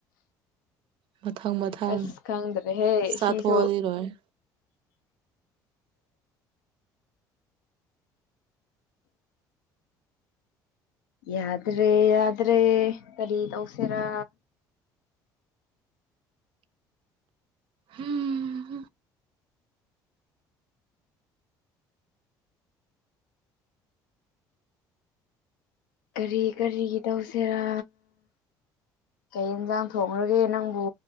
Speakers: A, on the right; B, on the left.
A: ꯃꯊꯪ ꯃꯊꯪ
B: ꯑꯁ ꯈꯪꯗ꯭ꯔꯦ ꯍꯦ
A: ꯆꯥꯊꯣꯛꯑꯗꯤ
B: ꯁꯤꯁꯨ
A: ꯂꯣꯏꯔꯦ
B: ꯌꯥꯗ꯭ꯔꯦ ꯌꯥꯗ꯭ꯔꯦ ꯀꯔꯤ ꯇꯧꯁꯤꯦꯔꯥ
A: ꯎꯝ
B: ꯀꯔꯤ ꯀꯔꯤꯒꯤ ꯇꯧꯁꯤꯦꯔꯥ ꯀꯩ ꯏꯟꯁꯥꯡ ꯊꯣꯡꯡꯂꯒꯦ ꯅꯪꯕꯨ